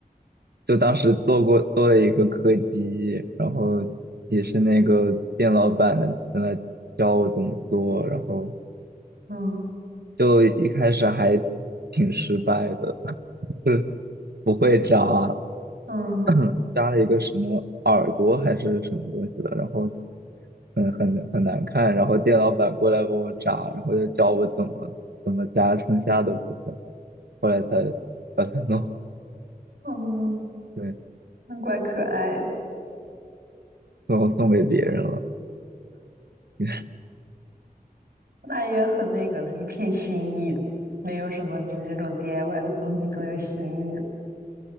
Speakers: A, on the right; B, on the right.
A: 就当时做过做了一个柯基，然后也是那个店老板的在那教我怎么做，然后
B: 嗯
A: 就一开始还挺失败的，<laughs> 就不会扎，
B: 嗯
A: <clears throat> 扎了一个什么耳朵还是什么东西的，然后很很很难看，然后店老板过来帮我扎，然后就教我怎么怎么扎剩下的部分。后来才把它弄
B: 嗯，
A: 对，
B: 那怪可爱的，
A: 最后送给别人了。<laughs>
B: 那也很那个了，一片心意的，没有什么比那种 DIY 的东西更有新意的。